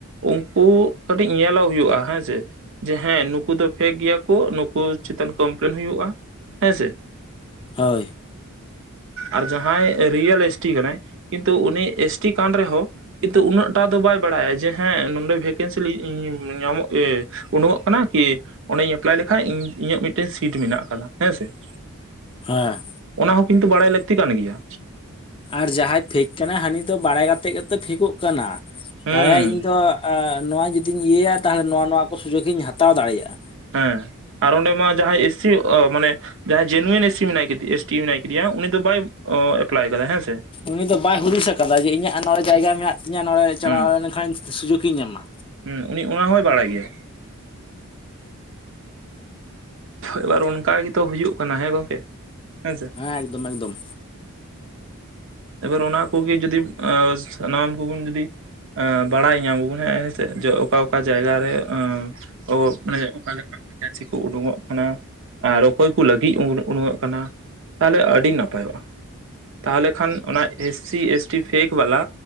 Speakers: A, on the right; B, on the left.
A: ᱩᱱᱠᱩ ᱠᱟᱹᱴᱤᱡ ᱧᱮᱞᱚᱜ ᱦᱩᱭᱩᱜᱼᱟ ᱦᱮᱸᱥᱮ ᱾ ᱡᱮ ᱦᱮᱸ ᱱᱩᱠᱩ ᱫᱚ ᱯᱷᱮᱠ ᱜᱮᱭᱟ ᱠᱚ ᱱᱩᱠᱩ ᱪᱮᱛᱟᱱ ᱠᱚᱢᱯᱮᱞᱮᱱ ᱦᱩᱭᱩᱜᱼᱟ ᱦᱮᱸ ᱥᱮ
B: ᱦᱳᱭ
A: ᱟᱨ ᱡᱟᱦᱟᱸᱭ ᱨᱤᱭᱮᱞ ᱮᱥᱴᱤ ᱠᱟᱱᱟᱭ ᱠᱤᱱᱛᱩ ᱩᱱᱤ ᱮᱥᱴᱤ ᱠᱟᱱ ᱨᱮᱦᱚᱸ ᱠᱤᱱᱛᱩ ᱩᱱᱟᱹᱜ ᱴᱟ ᱫᱚ ᱵᱟᱭ ᱵᱟᱲᱟᱭᱟ ᱡᱮ ᱦᱮᱸ ᱱᱚᱰᱮ ᱵᱷᱮᱠᱮᱱᱥᱤ ᱧᱟᱢᱚᱜ ᱮ ᱩᱱᱩᱢᱚᱜ ᱠᱟᱱᱟ ᱠᱤ ᱸᱚᱰᱮᱧ ᱮᱯᱞᱟᱭ ᱞᱮᱠᱷᱟᱡ ᱤᱧᱟᱹᱜ ᱢᱤᱫᱴᱮᱱ ᱥᱤᱴ ᱢᱮᱱᱟᱜ ᱟᱠᱟᱫᱟ ᱦᱮᱸᱥᱮ <inaudible>
B: ᱦᱮᱸ
A: ᱚᱱᱟ ᱦᱚᱸ ᱠᱤᱱᱛᱩ ᱵᱟᱲᱟᱭ ᱞᱟᱹᱠᱛᱤ ᱠᱟᱱ ᱜᱮᱭᱟ
B: ᱟᱨ ᱡᱟᱦᱟᱸᱭ ᱯᱷᱮᱸᱠ ᱠᱟᱱᱟᱭ ᱦᱟᱹᱱᱤ ᱫᱚ ᱵᱟᱲᱟᱭ ᱠᱟᱛᱮᱫ ᱜᱮᱛᱚ ᱯᱷᱮᱠᱚᱜ ᱠᱟᱱᱟ
A: ᱦᱩᱸ
B: ᱵᱟᱲᱟᱭᱟ ᱤᱧ ᱫᱚ ᱱᱚᱣᱟ ᱡᱩᱫᱤᱧ ᱤᱭᱟᱹᱭᱟ ᱛᱟᱦᱚᱞᱮ ᱱᱚᱣᱟ ᱱᱚᱣᱟ ᱠᱚ ᱥᱩᱡᱳᱜ ᱤᱧ ᱦᱟᱛᱟᱣ ᱫᱟᱲᱮᱭᱟᱜᱼᱟ
A: ᱦᱮᱸ ᱟᱨ ᱚᱸᱰᱮ ᱢᱟ ᱡᱟᱦᱟᱸᱭ ᱮᱥᱤ ᱢᱟᱱᱮ ᱡᱟᱦᱟᱸᱭ ᱡᱮᱱᱩᱭᱮᱱ ᱮᱥ ᱮᱥᱤ ᱢᱮᱱᱟᱭᱮᱭᱟ ᱮᱥᱴᱤ ᱢᱮᱱᱟᱭ ᱟᱠᱟᱫᱮᱭᱟ ᱩᱱᱤ ᱫᱚ ᱵᱟᱭ ᱮᱯᱞᱟᱭ ᱟᱠᱟᱫᱟ ᱦᱮᱸᱥ
B: ᱩᱱᱤ ᱫᱚ ᱵᱟᱭ ᱦᱩᱫᱤᱥ ᱟᱠᱟᱫᱟ ᱡᱮ ᱤᱧᱟᱹᱜ ᱱᱚᱰᱮ ᱡᱟᱭᱜᱟ ᱢᱮᱱᱟᱜ ᱛᱤᱧᱟᱹ ᱱᱚᱰᱮ ᱪᱟᱞᱟᱣ
A: ᱦᱩᱸ
B: ᱞᱮᱱᱠᱷᱟᱱ ᱥᱩᱡᱩᱜ ᱤᱧ ᱧᱟᱢᱟ
A: ᱦᱩᱸ ᱩᱱᱤ ᱚᱱᱟ ᱦᱚᱸᱭ ᱵᱟᱲᱟᱭ ᱜᱮᱭᱟ ᱮᱵᱟᱨ ᱚᱱᱠᱟ ᱜᱮᱛᱚ ᱦᱩᱭᱩᱜ ᱠᱟᱱᱟ ᱦᱮᱸ ᱜᱚᱝᱠᱮ ᱦᱮᱸᱥᱮ
B: ᱦᱮᱸ ᱮᱠᱫᱚᱢ ᱮᱠᱫᱚᱢ
A: ᱮᱵᱟᱨ ᱚᱱᱟ ᱠᱚᱜᱮ ᱡᱩᱫᱤ ᱥᱟᱱᱟᱢ ᱠᱚᱵᱚᱱ ᱡᱩᱫᱤ ᱵᱟᱲᱟᱭ ᱧᱟᱢᱟᱵᱚᱱ ᱦᱮᱸ ᱦᱮᱸᱥ ᱡᱚ ᱚᱠᱟ ᱚᱠᱟ ᱡᱟᱭᱜᱟᱨᱮ ᱚ ᱢᱟᱱᱮ ᱚᱠᱟᱞᱮᱠᱟ ᱵᱷᱮᱠᱮᱱᱥᱤ ᱠᱚ ᱩᱰᱩᱠᱚᱜ ᱠᱟᱱᱟ ᱟᱨ ᱚᱠᱚᱭ ᱠᱚ ᱞᱟᱹᱜᱤᱫ ᱩᱰᱩᱠᱚᱜ ᱠᱟᱱᱟ ᱛᱟᱦᱚᱞᱮ ᱟᱹᱰᱤ ᱱᱟᱯᱟᱭᱚᱜᱼᱟ ᱛᱟᱦᱚᱞᱮ ᱠᱷᱟᱱ ᱚᱱᱟ S C S T fake ᱵᱟᱞᱟ